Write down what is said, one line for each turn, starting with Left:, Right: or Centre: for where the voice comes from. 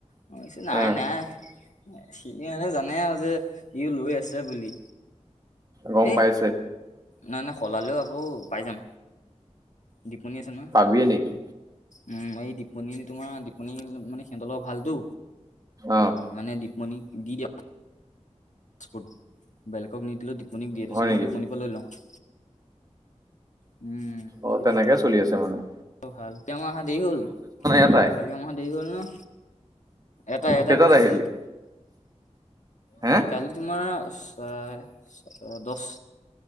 Left: মই কৈছো নাই-নাই
Right: অ
Left: এ চিনিয়েৰে জান্‌ মানে আৰু যে ইউ লৈ আছে বুলি।
Right: গম
Left: এই,
Right: পাইছে
Left: না-না সলালেও আক্‌ আকৌ পাই যাম, দিপমণী আছে নহয়।
Right: পাবিয়ে নেকি
Left: উম, এই দিপনী তোমাৰ দিপমনী মানে সিহঁতৰ লগত ভালতো
Right: অ'।
Left: মানে দিপমণীক দি দিয়ক পাৰ্চপৰ্ট। বেলেগক নিদিলেও দিপনীক দিয়ে তাৰ
Right: হয়
Left: পাছত
Right: নেকি
Left: মই দিপনীৰ পৰা লৈ লওঁ। উম।
Right: অ
Left: সেইটো
Right: তেনেকে
Left: বোলো
Right: চলি আছে মানুহ।
Left: ভাল। তেওঁ আহা দেৰি হ'ল। উম
Right: এটাই
Left: যোৱা মাহত দেৰি হল ন। এটা-এটাই
Right: কেইটাত
Left: প্ৰচেছ।
Right: আহিলি
Left: উম,
Right: হে
Left: কাল তোমাৰ অ, চাই দশ